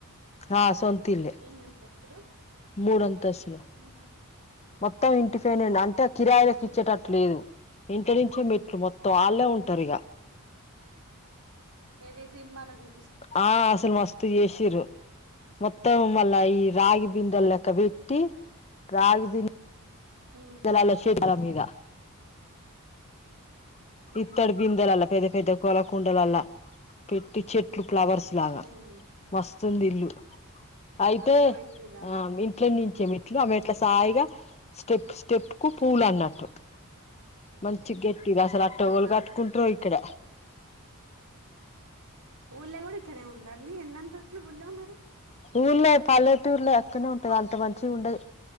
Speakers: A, on the left; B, on the right.
A: ఆ సొంతిల్లే
B: ఎన్ని అంతస్తులు
A: మూడు అంతసులు
B: మ్మ్ఉహ్మ్
A: మొత్తం ఇంటి ఫైనుండి అంత కిరాయిలకి
B: ఈడ
A: ఇచ్చేటట్టు లేదు ఇంటి నుంచి మెట్లు మొ త్తం అళ్ళే
B: ఉహు
A: ఉంటారు ఇగ
B: ఏది సినిమాలో చూ
A: ఆ అసలు మస్తు చేసిరు మొత్తం మళ్ళా ఈ రాగి బిందెలక్క పెట్టి రాగి బిం
B: ఉమ్
A: దెలలా <unintelligible> మీద ఇత్తడి
B: ఉమ్
A: బిందెలలా పెద్ద పెద్ద కోలకుంటదల్లా పెట్టి చెట్లు ఫ్లవర్స్ లాగా
B: ఉమ్
A: మస్తుంది ఇల్లు అయితే
B: అట్లా పెట్టిరా
A: ఆ ఇం ట్లే నుంచే మెట్లు ఆ మెట్ల సాయిగా స్టెప్ స్టెప్కు పూలు అన్నట్టు మంచి గట్టిది అసలు అట్ట
B: ఆహా
A: ఎవళ్లు కట్టుకుంటరో ఇక్కడ
B: ఊళ్ళె కూడా ఇట్లనే ఉందండి ఎన్నంతస్తుళ్ళు ఊళ్ళో మరి
A: ఊళ్లో పల్లెటుళ్లో ఎక్కనే ఉంటది అంత మంచిగా ఉండదు